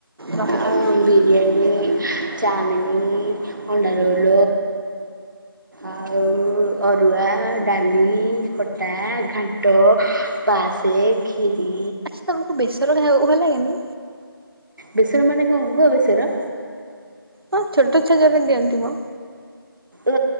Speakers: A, on the right (about 75°); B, on the right (about 55°).
A: ରହି ରହି
B: ଆଁ ବିରିୟାନି, ଚାମିନୀ, ଅଣ୍ଡାରୋଲ ଆଉ ଅର୍ ରୁଆ, ଡାଲି, ଖଟା, ଘାଣ୍ଟ, ପାସେ, ଖିରି
A: ଆଚ୍ଛା ତମୁକୁ ବେସର ଖାଇବାକୁ ଭଲ ଲାଗେନି?
B: ବେସର ମାନେ କଣ! !!!!!!!!! ବେସର?
A: ହଁ ଛୋଟ ଛୁଆ <unintelligible> ଦିଅନ୍ତି ମ।
B: ଓ